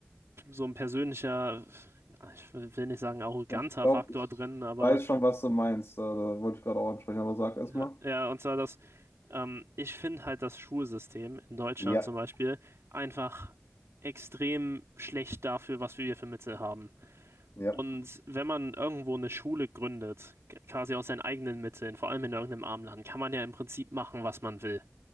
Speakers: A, on the right; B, on the left.
A: so ein persönlicher, ja, ich will will nicht sagen arroganter
B: Ich glaube,
A: Faktor
B: ich
A: drin, aber
B: weiß schon, was du meinst. Äh, Da wollte ich gerade auch ansprechen, aber sag erst
A: ja,
B: mal.
A: ja, und zwar, dass Ähm, ich finde halt das Schulsystem in Deutschland
B: Ja,
A: zum Beispiel einfach extrem schlecht dafür, was wir hier für Mittel haben.
B: ja.
A: Und wenn man irgendwo eine Schule gründet, quasi aus seinen eigenen Mitteln, vor allem in irgendeinem armen Land, kann man ja im Prinzip machen, was man will.